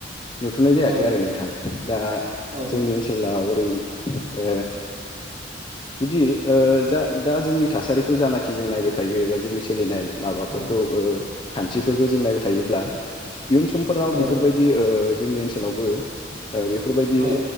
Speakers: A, on the left; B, on the right.
A: नुथ'नाय जायाखै
B: औ
A: आरो नोंथां दा
B: औ
A: जोंनि ओनसोलाव ओरै ओ जुदि जा दा जोंनि थासारिखौ जानाखि जों नायबाय थायो बा जोंनि सोलिनाय माबाफोरखौ
B: औ
A: खान्सिफोरखौ जों नायबाय थायोब्ला इयुन समफोराव
B: औ
A: बेफोरबायदि जोंनि ओनसोलावबो बेफोरबायदि
B: औ